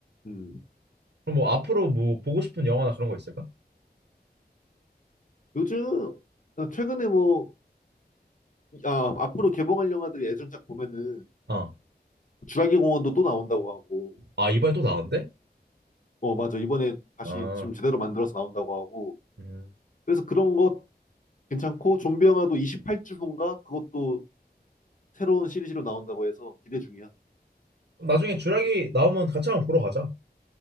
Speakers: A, on the left; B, on the right.
A: 음.
B: 그럼 뭐 앞으로 뭐 보고 싶은 영화나 그런 거 있을까?
A: 요즘 아, 최근에 뭐 아, 앞으로 개봉할 영화들이 예전작 보면은
B: 어.
A: 주라기 공원도 또 나온다고 하고
B: 아, 이번에 또 나온대?
A: 어 맞아 이번에 다시
B: 아.
A: 좀 제대로 만들어서 나온다고 하고
B: 음.
A: 그래서 그런 것 괜찮고 좀비 영화도 28주 후인가 그것도 새로운 시리즈로 나온다고 해서 기대 중이야.
B: 그럼 나중에 주라기 나오면 같이 한번 보러 가자.